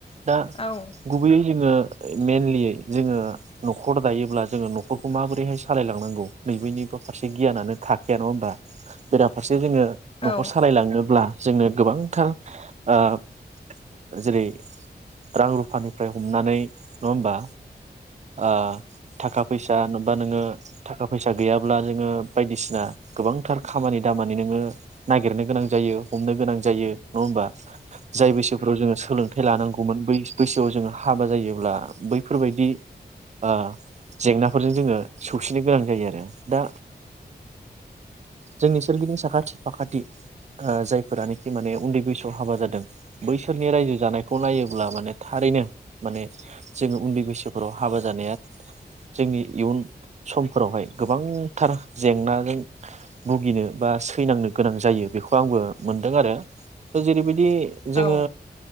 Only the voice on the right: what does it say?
दा
गुबैयै जोङो मेनलि जोङो नखर दायोब्ला जोङो नखरखौ माबोरैहाय सालायलांनांगौ नैबेनिबो फारसे गियानानो थाखायाया नङा होमबा? बेराफारसे जे जोङो
नखर सालायलाङोब्ला जोंनो गोबां थार ओ जेरै रां रुफानिफ्राय हमनानै नङा होमबा ओ थाखा फैसा नबा नोङो थाखा फैसा गैयाब्ला नोङो बायदिसिना गोबांथार खामानि दामानि नोङो नागिरनो गोनां जायो, हमनो गोनां जायो नङा होमबा जाय बैसोफ्राव जोङो सोलोंथाइ लानांगौमोन बै बैसोआव जोङो हाबा जायोब्ला बैफोरबायदि ओ जेंनाफोरजों जोङो सौसिनो गोनां जायो आरो दा जोंनि सोरगिदिं साखाथि फाखाथि ओ जायफोरानोखि माने उन्दै बैसोआव हाबा जादों बैसोरनि रायजो जानायखौ नायोब्ला माने थारैनो माने जोङो उन्दै बैसोफोराव हाबा जानाया जोंनि इयुन समफोरावहाय गोबांथार जेंनाजों भुगिनो बा सैनांनो गोनां जायो बेखौ आंबो मोनदों आरो। जेरैबादि दि जोङो